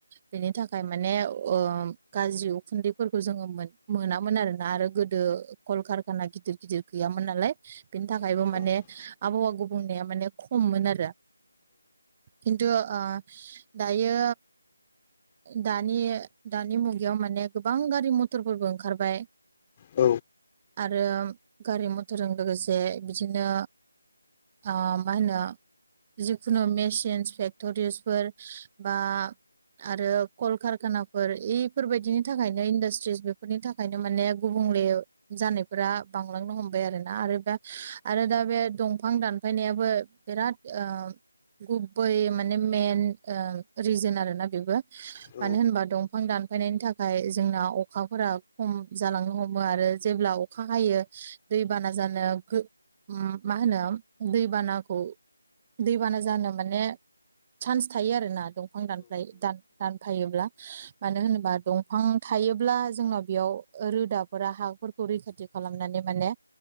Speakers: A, on the right (about 25°); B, on the left (about 25°).
A: बेनि थाखाय माने ओ गाज्रि खुन्दैफोरखौ जोङो मोन मोनामोन आरोना आरो गोदो कलकारखाना गिदिर गिदिर गैयामोन नालाय बिनि थाखायबो
B: औ
A: माने आबहावा गुबुंनाया माने खममोन आरो खिनथु ओ दायो दानि दानि मुगायाव माने गोबां गारि मथरफोरबो ओंखारबाय
B: औ
A: आरो गारि मथरजों लोगोसे बिदिनो आ माहोनो जिखुनु मेसिनस फेक्ट'रिसफोर बा आरो कलकारखानाफोर इफोरबायदिनि थाखायनो इन्डास्ट्रिस बेफोरनि थाखायनो माने गुबुं <unintelligible> जानायफोरा बांलांनो हमबाय आरोना आरो दा आरो दा बे दंफां दानफायनाया <unintelligible> बेराद ओ गुबै माने मेन ओ रिजोन आरोना <unintelligible> बेबो
B: औ
A: मानो होनबा दंफां दान <unintelligible> फायनायनि थाखाय जोंना अखाफोरा खम जालांनो हमो आरो जेब्ला अखा हायो दैबाना जानो गो उम मा होनो दै बानाखौ दैबाना जानो माने चान्स थायो आरोना दंफां दानफ्लाय दान दान थायोब्ला मानो होनोबा दंफां थायोब्ला जोंनाव बेयाव रोदाफोरा हाफोरखौ रैखाथि खालामनानै माने